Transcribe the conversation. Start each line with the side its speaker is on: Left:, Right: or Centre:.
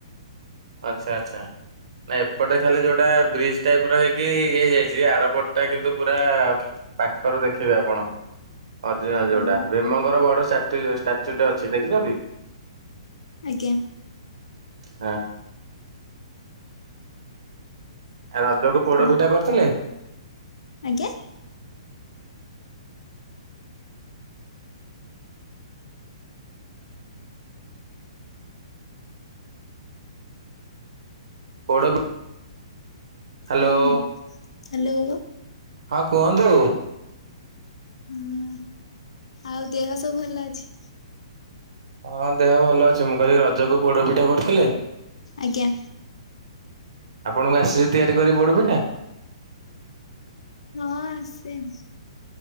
Right: ଆଚଛା ଆଚ୍ଛା। ନା ଏପଟେ ଖାଲି ଯୋଉଟା ବ୍ରିଜ ଟାଇପ ର ହେଇକି ଇଏ ହେଇଯାଇଛି ଆରପଟ ଟା କିନ୍ତୁ ପୁରା ପାଖରୁ ଦେଖିବେ ଆପଣ। ଅରିଜିନାଲ
Left: ହଉ
Right: ଯୋଉଟା ଭୀମଙ୍କର ବଡଷ୍ଟାଚୁ ଟେ ଅଛି ଦେଖିଛନ୍ତି?
Left: ଆଜ୍ଞା।
Right: ହାଁ। ଆଉ ରଜକୁ ପୋଡ
Left: ଆଉ
Right: ପିଠା କରିଥିଲେ?
Left: ଆଜ୍ଞା?
Right: ପୋଡପି ହ୍ୟାଲୋ।
Left: ହଁ ହଁ ହ୍ୟାଲୋ।
Right: ହଁ କୁହନ୍ତୁ।
Left: ହଁ ଆଉ ଦେହ ସବୁ ଭଲ ଅଛି।
Right: ହଁ ଦେହ ଭଲ ଅଛି ମୁଁ କହିଲି ରଜକୁ ପୋଡ ପିଠା କରୁଥିଲି?
Left: ଆଜ୍ଞା।
Right: ଆପଣଙ୍କୁ ଆସେ ତିଆରି କରି ପୋଡ଼ପିଠା।
Left: ହଁ ଆସେ ଆଉ।